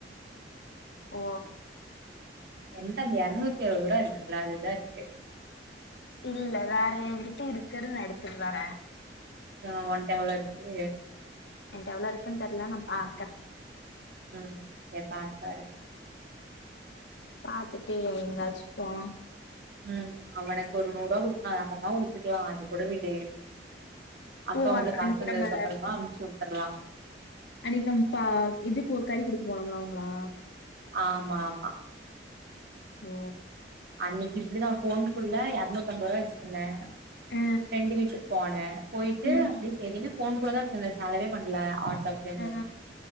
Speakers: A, on the left; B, on the right.
A: ஓ
B: என்ட அந்த எரநூத்தி அறுவதுருவா இருக்குல்ல அதுதா இருக்கு
A: இல்ல வேற என்கிட்ட இருக்ற நா எடுத்துட்டு வர
B: ஆ ஒன்ட எவ்ளோ இருக்கு
A: என்ட எவ்ளோ இருக்குனு தெர்ல நா பாக்க
B: ம் சேர் பாரு பாரு
A: பாத்துட்டு எங்காச்சு போலா
B: ம் அவனுக்கு ஒரு நூறுவா குடுக்கணு அத அப்பறமா குடுத்துக்லா அது கூட விடு அக்கௌண்ட்ல
A: ஓ! அன்-
B: காசு
A: அன்னைக்கு
B: வந்ததுக்கு
A: நம்ம
B: அப்பறமா அமுச்சு உட்ரலா
A: அன்னைக்கி நம் பா இதுக்கு கறி குடுக்க போனோம்ல அவுங்ளா
B: ஆமா ஆமா
A: ஓ
B: அன்னைக்கி இப்டிதா ஃபோன்குள்ள எரநூத்தம்பதுருவா வச்சிருந்த
A: அ,
B: ஃப்ரெண்டு வீட்டுக் போனே போயிட்டு
A: ம்,
B: அப்டியே சேரின்னு ஃபோனுக்குள்ளதா வச்சிருந்தே செலவே பண்ணல ஆட்டோக்குனு
A: அ,